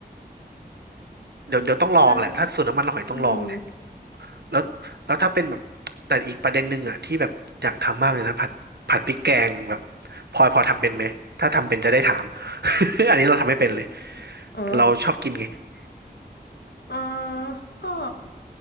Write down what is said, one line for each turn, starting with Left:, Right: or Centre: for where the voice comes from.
Right: เดี๋ยวเดี๋ยวต้องลองแหละถ้าสูตรน้ำมันหอยต้องลองแหละ
Left: งั้นอืม
Right: แล้วแล้วถ้าเป็นแบบแต่อีกประเด็นหนึ่งอ่ะที่แบบอยากทำมากเลยนะผัดผัดพริกแกงแบบพลอยพอทำเป็นไหมถ้าทำเป็นจะได้ถาม <laughs> อันนี้เราทำไม่เป็นเลย
Left: อ๋อ
Right: เราชอบกินไง
Left: อ่าก็